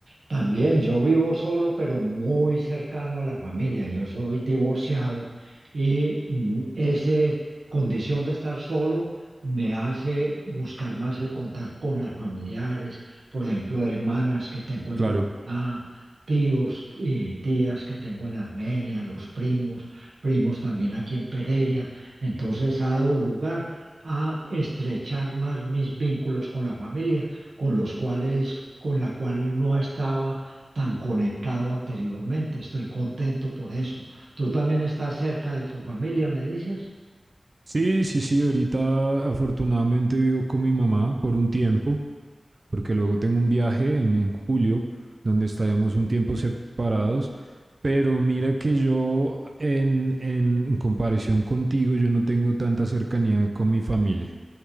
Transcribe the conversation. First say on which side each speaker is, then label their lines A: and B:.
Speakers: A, on the right; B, on the right.
A: También yo vivo solo, pero muy cercano a la familia. Yo soy divorciado y mm, ese condición de estar solo me hace buscar más el contacto con las familiares, por ejemplo, hermanas que tengo en
B: Claro.
A: Bogotá, tíos y tías que tengo en Armenia, los primos, primos también aquí en Pereira. Entonces ha dado lugar a estrechar más mis vínculos con la familia con los cuales, con la cual no estaba tan conectado anteriormente. Estoy contento por eso. ¿Tú también estás cerca de tu familia, me dices?
B: Sí, sí, sí. Ahorita afortunadamente vivo con mi mamá por un tiempo, porque luego tengo un viaje en, en julio, donde estaremos un tiempo separados. Pero mira que yo, en, en en comparación contigo, yo no tengo tanta cercanía con mi familia.